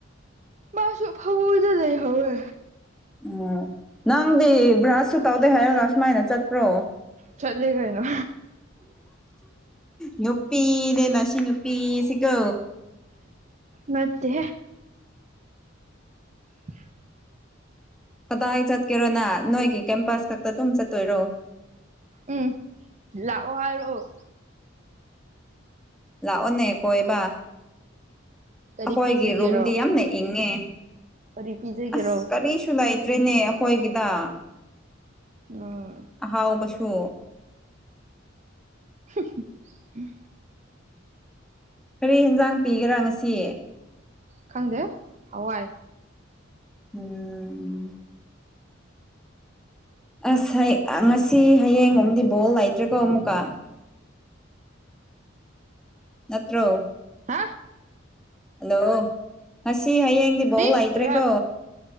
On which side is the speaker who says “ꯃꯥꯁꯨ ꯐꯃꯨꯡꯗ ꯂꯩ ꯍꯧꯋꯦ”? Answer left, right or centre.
Right